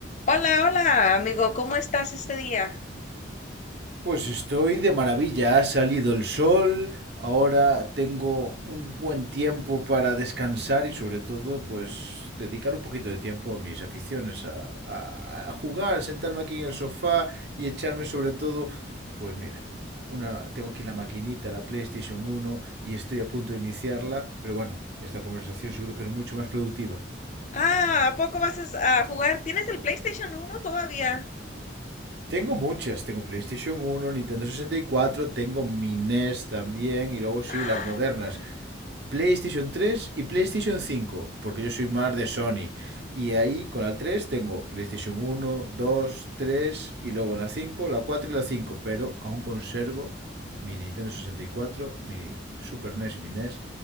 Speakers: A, on the left; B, on the right.
A: Hola, hola, amigo, ¿cómo estás este día?
B: Pues estoy de maravilla, ha salido el sol, ahora tengo un buen tiempo para descansar y sobre todo pues dedicar un poquito de tiempo a mis aficiones, a, a- a jugar, sentarme aquí en el sofá y echarme sobre todo, pues mira, una, tengo aquí la maquinita, la PlayStation uno y estoy a punto de iniciarla, pero bueno, esta conversación seguro que es mucho más productiva.
A: Ah, ¿a poco vas a s- a jugar? ¿Tienes el PlayStation uno todavía?
B: Tengo muchas, tengo PlayStation uno, Nintendo sesenta y cuatro, tengo mi NES también y luego sí,
A: Ah,
B: las modernas.
A: mira.
B: PlayStation tres y PlayStation cinco, porque yo soy más de Sony. Y ahí con la 3 tengo PlayStation uno, dos, tres y luego la 5, la 4 y la 5. pero aún conservo mi Nintendo sesenta y cuatro, mi Super NES y mi NES